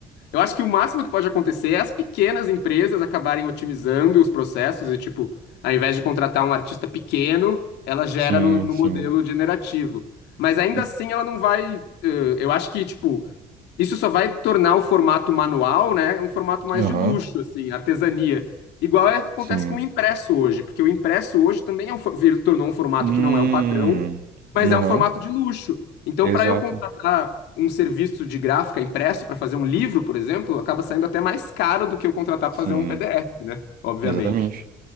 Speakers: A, on the left; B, on the right.
A: eu acho que o máximo que pode acontecer é as pequenas empresas acabarem otimizando os processos e, tipo, ao invés de contratar um artista pequeno, ela gera
B: Sim,
A: no, no
B: sim.
A: modelo generativo. Mas ainda
B: E-
A: assim ela não vai. eh, eu acho que, tipo, isso só vai tornar o formato manual, né, um formato mais
B: Aham.
A: de luxo, assim, artesania. Igual é- acontece
B: Sim.
A: com o impresso hoje, porque o impresso hoje também é um, for- vir- tornou um formato
B: Hum.
A: que não é o padrão, mas
B: Aham.
A: é um formato de luxo. Então,
B: Exato.
A: para eu contratar um serviço de gráfica impresso para fazer um livro, por exemplo, acaba saindo até mais caro do que eu contratar
B: Sim.
A: para fazer um PDF, né? Obviamente.
B: Exatamente.